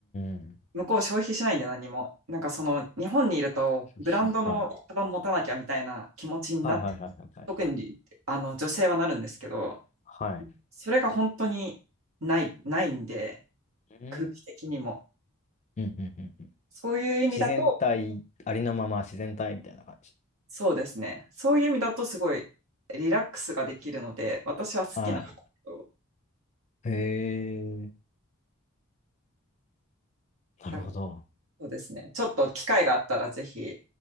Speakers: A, on the left; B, on the right.
A: ん。
B: 向こう消費しないんで何も。なんかその日本にいると、
A: はい。消費しない。
B: ブランドのカバン持たなきゃみたいな気持ちになって、
A: はい。はいはいはいはいはい。
B: 特にあの女性はなるんですけど、
A: はい。
B: それが本当にない、ないんで、
A: うーん。
B: 空気的にも。
A: うんうんうんうん。
B: そういう意味だと、
A: 自然体、ありのまま自然体みたいな感じ。
B: そうですね。そういう意味だとすごいリラックスができるので、私は好きなんですけど、
A: はい。へえ。なるほど。
B: だそうですね。ちょっと機会があったらぜひ。